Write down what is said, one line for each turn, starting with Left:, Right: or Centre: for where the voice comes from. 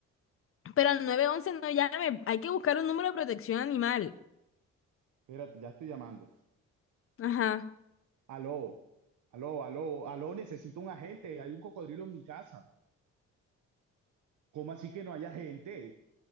Left: Pero al nueve once no llame. Hay que buscar un número de protección animal.
Right: Espérate, ya estoy llamando.
Left: Ajá.
Right: Aló, aló, aló, aló, necesito un agente. Hay un cocodrilo en mi casa. ¿Cómo así que no hay agente?